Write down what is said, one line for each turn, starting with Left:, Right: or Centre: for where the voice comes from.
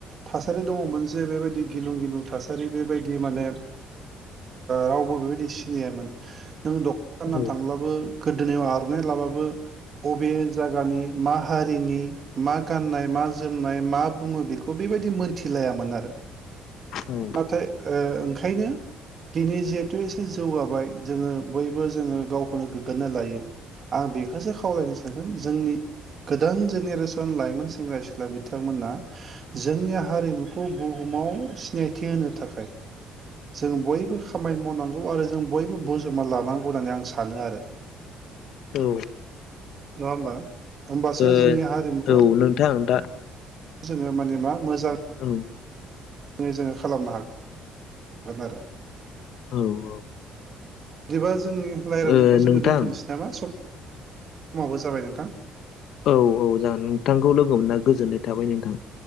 Right: थासारि दङमोन जे बेबायदि गिलुं गिलुं थासारि बेबायदि माने रावबो बेबायदि सिनायामोन नों दख ना गानना
Left: औ
Right: थांब्लाबो गोदोनायाव आर'नाइ लाबाबो बबे जायगानि मा हारिनि मा गाननाय मा जोमनाय मा बुङो बेखौ बेबायदि मोनथिलायामोन आरो
Left: औ
Right: नाथाय ओंखायनो। दिनै जिहेथु एसे जौगाबाय जोङो बयबो जोङो गावखौनो गोग्गोनो लायो आं बेखौसो खावलायनो सोनगोन जोंनि गोदान जेनेरेसन लाइमोन सेंग्रा सिख्ला बिथांमोना जोंनि हारिमुखौ बुहुमाव सिनायथि। होनो थाखाय जों बयबो खामानि मावनांगौ आरो जों बयबो बजबना लानांगौ होननानै आं सानो आरो। <inaudible>
Left: औ।
Right: नङा होमबा होमबासो
Left: ओ
Right: जोंनि हारिमुखौ
Left: औ नोंथां दा।
Right: जोङो माने मा मोजां।
Left: औ।
Right: ङै जोङो खालामनो हागोन आरो
Left: औ औ
Right: बिदिबा जोंनि रायज्लायनायखौ
Left: ओ
Right: जोङो
Left: नोंथां
Right: दोन्थ'नोसै नामा सम समावबो जाबाय नोंथां
Left: औ औ जागोन नोंथांखौ लोगो मोनना गोजोननाय थाबाय नोंथां।